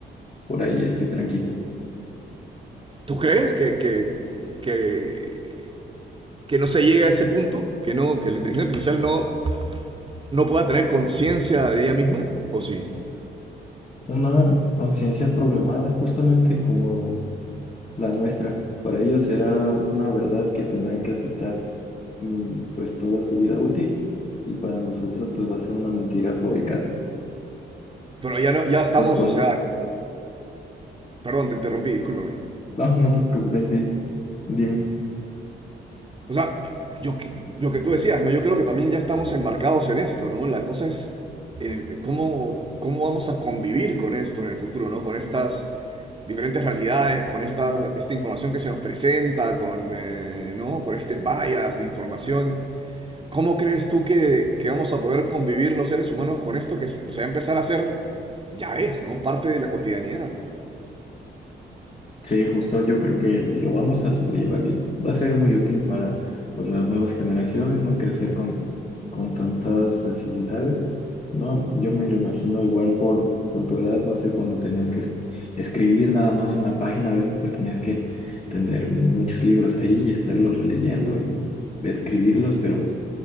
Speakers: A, on the left; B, on the right.
A: por ahí estoy tranquilo.
B: ¿Tú crees que, que, que, que no se llegue a ese punto? ¿Que no, que la inteligencia artificial no, no pueda tener conciencia de ella misma, o, o sí.
A: Una conciencia programada justamente como la nuestra, para ellos será una verdad que tendrán que aceptar mm, pues toda su vida útil y para nosotros pues va a ser una mentira fabricada.
B: Pero ya no, ya estamos,
A: Dos polos.
B: o sea, perdón, te interrumpí, discúlpame.
A: No, no te preocupes, sí. Dime.
B: O sea, yo, que- lo que tú decías, ¿no? Yo creo que también ya estamos embarcados en esto, ¿no? La cosa es el- cómo, cómo vamos a convivir con esto en el futuro, ¿no? Con estas diferentes realidades, con esta, esta información que se nos presenta, con, eh, ¿no? Con este bias de información. ¿Cómo crees tú que, que vamos a poder convivir los seres humanos con esto que se va a empezar a hacer, ya es, ¿no? Parte de la cotidianidad.
A: Sí, justo yo creo que lo vamos a sobrellevar bien. Va a ser muy útil para pues, las nuevas generaciones, ¿no? Crecer con, con tantas facilidades, ¿no? Yo me lo imagino igual por, por tu edad, no sé, cuando tenías que es- escribir nada más una página, a veces pues tenías que tener muchos libros ahí y estarlos releyendo y escribirlos, pero